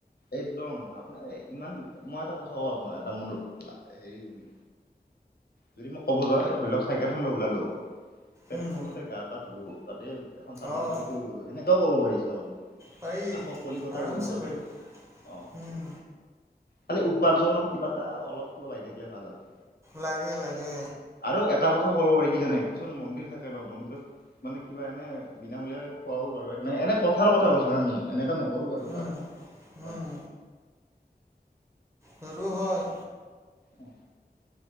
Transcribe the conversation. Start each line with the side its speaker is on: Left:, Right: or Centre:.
Left: একদম আপোনাৰ ইমান মই এটা কথা কওঁ আপোনাক এটা মন হেৰি বুলি যদি মই ক'ব যাওঁ এ ধৰি লওঁক চাইকেলখন লৈ ওলালোঁ। পেট্ৰল
Right: উম,
Left: পাম্পতে গা পা ধুলোঁ তাতে এখন চাদৰ
Right: অঁ
Left: পাৰি শুই গ'লো সেনেকাও কৰিব পাৰি ইচ্ছা গ'লে।
Right: পাৰি
Left: আকৌ কলিকতা
Right: আৰামছে
Left: গ'লো তাতে।
Right: পাৰি।
Left: অ'
Right: উম।
Left: খালি উপাৰ্জনৰ কিবা এটা অলপ চলপ আইডিয়া থাকিলে ভাল আৰু।
Right: লাগে লাগে।
Left: আৰু এটা কথা কব পাৰি কি জানে কিছুমান মন্দিৰ থাকে ন মন্দিৰত মানে কিবা এনে বিনামুলীয়াকে খোৱাও বাৰু এনে এনে কথাৰ কথা কৈছো হা আমি এনেকে নকৰো বাৰু বা
Right: উম
Left: হয়।
Right: উম সৰু হয়।
Left: অ।